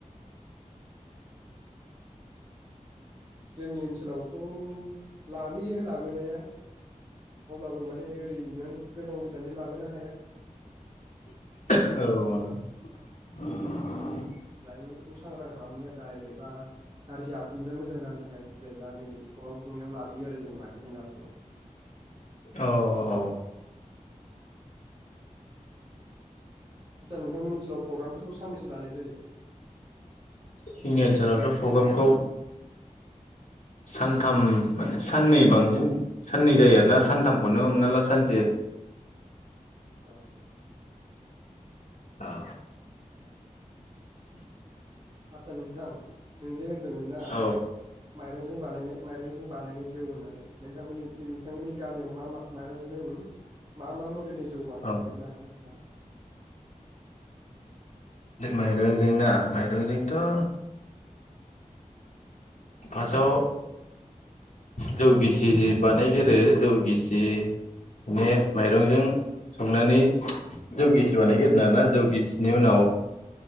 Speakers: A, on the right; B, on the left.
A: जोंनि ओनसोलावथ' लाबोयो लाबोनाया अब्लाबो माने ओरै <unintelligible> गोजान गोजानै लाबोनो हाया
B: औ <inaudible>
A: लाइमोनफोरखौ सांग्रां खालामनो थाखाय एबा गाज्रि आखुनिफ्राय मोजां जानो थाखाय बुजायग्रा जेनै प्रग्राम खुंनायाव लाबोयो आरो जों माने जों गामियाव
B: औ - औ
A: आदसा नोंथां मोननि ओनोलाव प्रग्राम फोरखौ सो फांनैसो लानाय जायो
B: जोंनि ओनसोलावथ' प्रग्रामखौ सानथाम माने साननै बांसिन साननै जायो आरोना सानथामखौनो हमना ला सानसे
A: औ
B: औ
A: <unintelligible> आदसा नोंथां नोंजे होनदोंमोन ना
B: औ
A: माइरंजों बानायनाय माइरंजों बानायनाय जौ होननानै नोंथांमोननि नों बिथांमोननि गामियाव मा मा माइरं जों मा मा मडेलनि जौ बानायो
B: औ
A: खोन्थानो हागोन ना नोंथां
B: माइरंजोंना माइरंजोंथ' फार्स्टआव जौ गिसि बानायगोरो जौ गिसि ने माइरंजों संनानै जौ गिसि बानायगोरो आरोना जौ गिसिनि उनाव